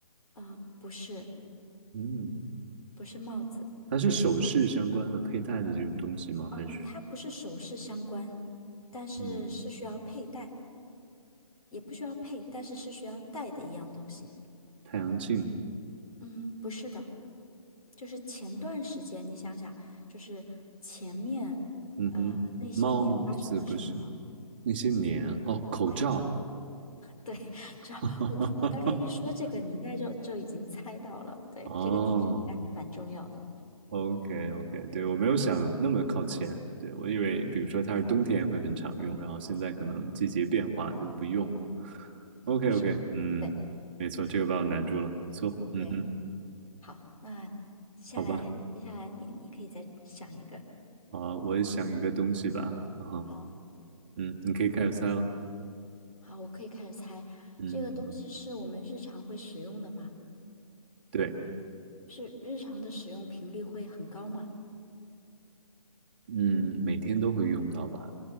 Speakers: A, on the left; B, on the right.
A: 呃，不是
B: 嗯，
A: 不是帽子，
B: 它是首饰相关的佩戴的这种东西吗？
A: 嗯呃，
B: 还是
A: 它不是首饰相关，但是是需要佩戴，
B: 嗯，
A: 也不需要配，但是是需要戴的一样东西。
B: 太阳镜？
A: 嗯，不是的，就是前段时间你想想，就是前面呃那些年发生了什么？
B: 嗯哼，帽子不是那些年哦，口罩。
A: 对。对，只要我我大概一说这个，
B: <laughs>
A: 你应该就就已经猜到了。对，
B: 哦
A: 这个提示应该还蛮重要的。
B: ，OK OK，对，我没有想那么靠前，对，我以为比如说它是冬天会很常用，然后现在可能季节变化就不用了。
A: 嗯，
B: OK
A: 不是，
B: OK，嗯，
A: 对
B: 没错，这个把我难住了，不错，嗯哼，
A: 对，好，那下来接下来你你可以再想一个。
B: 好吧，好，我也想一个东西吧，然后，
A: 好，
B: 嗯，你可以开始猜了，
A: 好，我可以开始猜。
B: 嗯，
A: 这个东西是我们日常会使用的吗？
B: 对，
A: 是日常的使用频率会很高吗？
B: 嗯，每天都会用到吧，